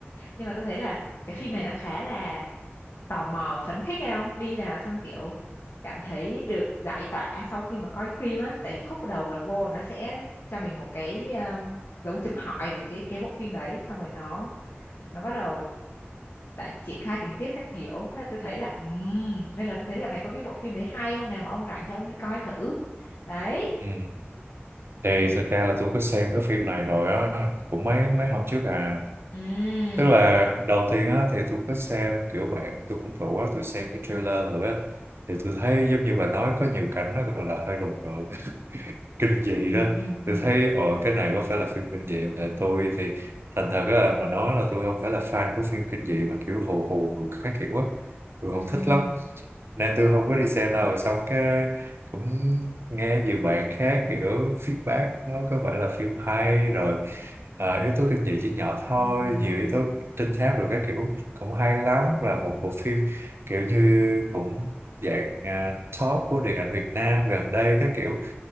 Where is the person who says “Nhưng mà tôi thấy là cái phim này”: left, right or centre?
Left